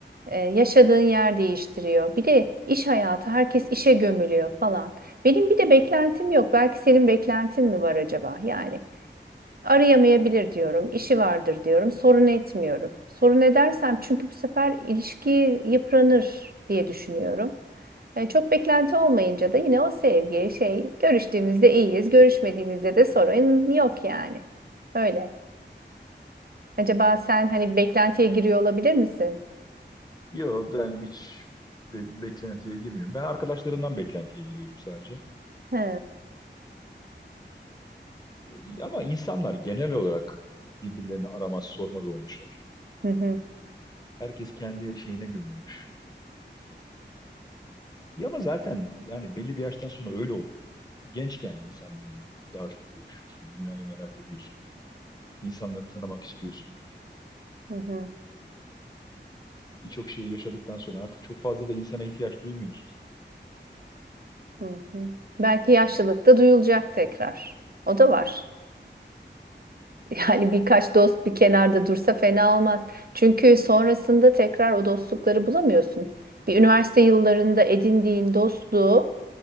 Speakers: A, on the right; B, on the left.
A: e, yaşadığın yer değiştiriyor. Bir de iş hayatı, herkes işe gömülüyor falan. Benim bir de beklentim yok. Belki senin beklentin mi var acaba? Yani arayamayabilir diyorum, işi vardır diyorum, sorun etmiyorum. Sorun edersem çünkü bu sefer ilişki yıpranır diye düşünüyorum. E, çok beklenti olmayınca da yine o sevgi şey görüştüğümüzde iyiyiz, görüşmediğimizde de sorun yok yani. Öyle. Acaba sen hani beklentiye giriyor olabilir misin?
B: Yo ben hiç be- beklentiye girmiyorum. Ben arkadaşlarımdan beklentiye giriyorum sadece.
A: He.
B: E, Ama insanlar genel olarak birbirlerini aramaz sormaz olmuşlar.
A: Hı hı,
B: Herkes kendi şeyine gömülmüş. Ya ama zaten yani belli bir yaştan sonra öyle oluyor. Gençken insanlarla daha çok görüşüyorsun, dünyayı merak ediyorsun, insanları tanımak istiyorsun.
A: hı hı,
B: Birçok şeyi yaşadıktan sonra artık çok fazla da insana ihtiyaç duymuyorsun.
A: hı hı. Belki yaşlılıkta duyulacak tekrar. O da var. <laughs> Yani birkaç dost bir kenarda dursa fena olmaz. Çünkü sonrasında tekrar o dostlukları bulamıyorsun. Bir üniversite yıllarında edindiğin dostluğu